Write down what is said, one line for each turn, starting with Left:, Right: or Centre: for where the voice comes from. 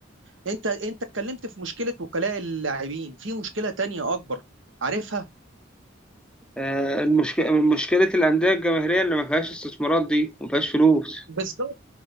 Right: انت انت اتكلمت في مشكلة وكلاء اللاعبين في مشكلة تانية أكبر عارفها
Centre: آه، المشكله مشكله الانديه الجماهيريه اللي ما فيهاش استثمارات دي وما فيهاش فلوس
Right: بالظبط